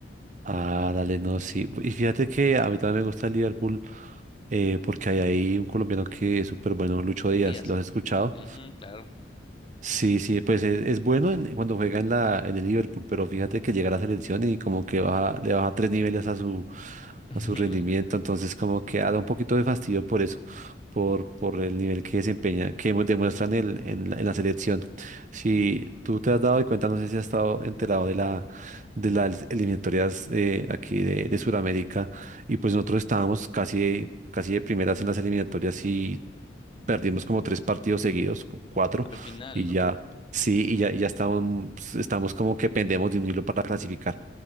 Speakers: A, on the right; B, on the left.
A: Ah, dale, no, sí. Y fíjate que a mí también me gusta el Liverpool eh, porque hay ahí un colombiano que es súper bueno, Lucho
B: Díaz.
A: Díaz. ¿Lo has escuchado?
B: Ujú, claro.
A: Sí, sí, pues es, es bueno en- cuando juega en la, en el Liverpool, pero fíjate que llega a la selección y como que baja, le baja tres niveles a su,
B: <laughs>
A: a su rendimiento, entonces como que ah, da un poquito de fastidio por eso, por, por el nivel que desempeña, que mu- demuestran el, en, la, en la selección. Si tú te has dado cuenta, no sé si has estado enterado de la, de las eliminatorias eh, aquí de, de Sudamérica, y pues nosotros estábamos casi... de- casi de primeras en las eliminatorias perdimos como tres partidos seguidos, cu- cuatro,
B: Al final,
A: y
B: ¿no?
A: ya, sí, y ya, y ya estamos, pues, estamos como que pendemos de un hilo para clasificar.